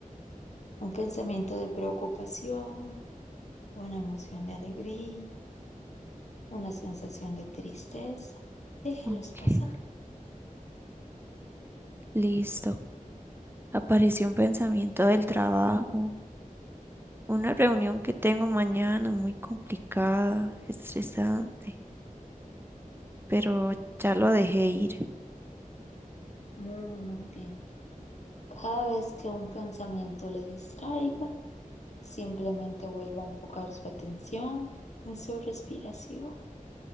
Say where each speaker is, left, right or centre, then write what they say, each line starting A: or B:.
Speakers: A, on the left; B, on the right.
A: Un pensamiento de preocupación, una emoción de alegría, una sensación de tristeza. Déjelos
B: Ok,
A: pasar.
B: listo. Apareció un pensamiento del trabajo, una reunión que tengo mañana muy complicada, estresante, pero ya lo dejé ir.
A: Muy, muy bien. Cada vez que un pensamiento le distraiga, simplemente vuelva a enfocar su atención en su respiración,